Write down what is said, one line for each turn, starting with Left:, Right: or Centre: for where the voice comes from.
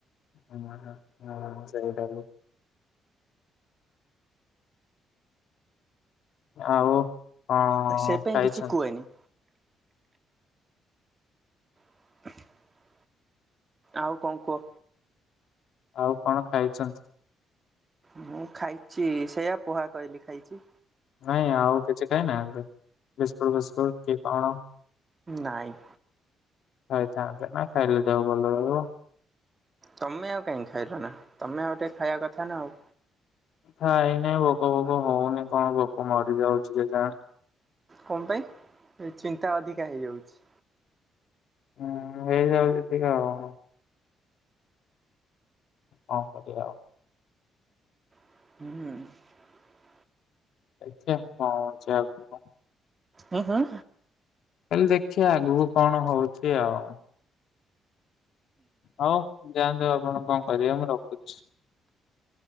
Left: ହଁ ହ ହଁ ହ ସେଇଟା କୁ ଆଉ। କଣ
Right: ସେ ପାଇଁ
Left: ଖାଇଛନ୍ତି?
Right: କିଛି କୁହେନି। <unintelligible> ଆଉ କଣ କୁହ?
Left: ଆଉ କଣ ଖାଇଛନ୍ତି?
Right: ମୁଁ ଖାଇଛି ସେୟା ପୋହା କହିଲି ଖାଇଛି।
Left: ନାଇଁ ଆଉ କିଛି ଖାଇଁ ନା ଏ ବିସ୍କୁଟ ଫିସ୍କୁଟ କି କଣ?
Right: ନାଇଁ।
Left: ଖାଇଥାନ୍ତେ ନା ଖାଇଲେ ଦେହ ଭଲ ରହିବ।
Right: ତମେ ଆଉ କାହିଁକି ଖାଇଲ ନା ତମେ ଆଉ ଟିକେ ଖାଇବା କଥା ନା ଆଉ।
Left: ଖାଇ ନାହିଁ ଭୋକ ଫୋକ ହଉନି କଣ ଭୋକ ମରି ଯାଉଛି କେଜାଣି।
Right: କଣ ପାଇଁ ଏ ଚିନ୍ତା ଅଧିକା ହେଇଯାଉଛି।
Left: ହୁଁ ହେଇଯାଉଛି ଟିକେ ଆଉ। କଣ କରିବା ଆଉ।
Right: ହୁଁ।
Left: ଦେଖିଆ କଣ ହଉଚି ଆଗକୁ।
Right: ହଁ ହଁ।
Left: କାଲି ଦେଖିବା ଆଗକୁ କଣ ହଉଛି ଆଉ। ହଉ ଯାଆନ୍ତୁ। କଣ କଣ କରିବା ମୁଁ ରଖୁଛି।